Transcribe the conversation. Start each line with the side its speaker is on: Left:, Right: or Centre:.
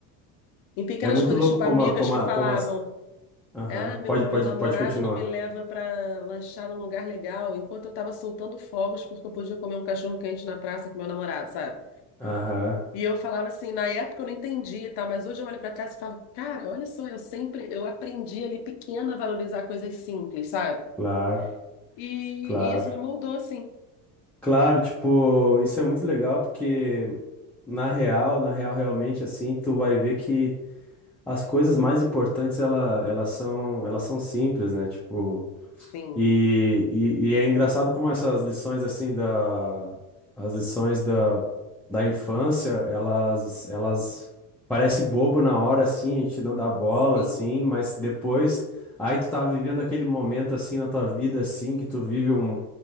Left: em pequenas
Centre: É muito
Left: coisas,
Centre: louco
Left: tipo
Centre: como,
Left: amigas
Centre: a- como,
Left: que
Centre: a-
Left: falavam.
Centre: como as. Aham.
Left: Ah, meu,
Centre: Pode, pode,
Left: meu namorado
Centre: pode continuar.
Left: não me leva para lanchar num lugar legal, enquanto eu estava soltando fogos porque eu podia comer um cachorro quente na praça com meu namorado, sabe?
Centre: Aham,
Left: E eu falava assim, na época eu não entendia, tá? Mas hoje eu olho para trás e falo, cara, olha só, eu sempre, eu aprendi ali pequena a valorizar coisas simples, sabe?
Centre: claro,
Left: E,
Centre: claro.
Left: e isso me moldou assim.
Centre: Claro, tipo, isso é muito legal porque na real, na real, realmente, assim, tu vai ver que as coisas mais importantes, ela, elas são, elas são simples, né? Tipo.
Left: Sim,
Centre: E, e, e é engraçado como essas lições assim da as lições da, da infância, elas elas parece bobo na hora assim, a gente não dá bola
Left: sim,
Centre: assim, mas depois aí tu tá vivendo aquele momento assim na tua vida assim que tu vive um